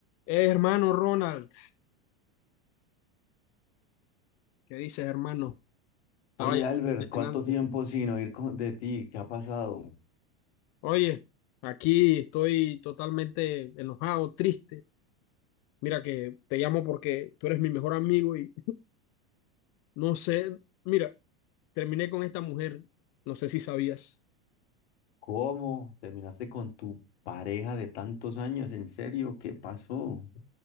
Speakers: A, on the left; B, on the left.
A: Eh, hermano Ronald, ¿qué dices, hermano? Estaba
B: Oye, Albert,
A: llenante.
B: ¿cuánto tiempo sin oír co- de ti? ¿Qué ha pasado?
A: Oye, aquí estoy totalmente enojado, triste. Mira que te llamo porque tú eres mi mejor amigo y no sé, mira, terminé con esta mujer, no sé si sabías.
B: ¿Cómo terminaste con tu pareja de tantos años? ¿En serio? ¿Qué pasó?